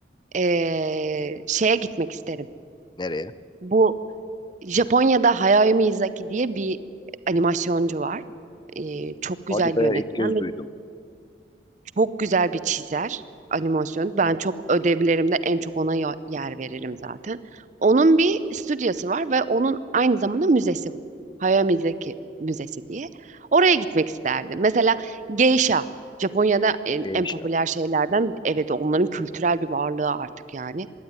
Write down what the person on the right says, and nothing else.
eee, şeye gitmek isterim.
Bu Japonya'da Hayao Miyazaki diye bir animasyoncu var. Eee, çok güzel
yönetmen
ve
Çok güzel bir çizer animasyon. Ben çok ödevlerimde en çok ona yo- yer veririm zaten. Onun bir stüdyosu var ve onun aynı zamanda müzesi var. Hayao Mizeki Müzesi diye. Oraya gitmek isterdim. Mesela geisha. Japonya'da en,
en
popüler şeylerden evet onların kültürel bir varlığı artık yani.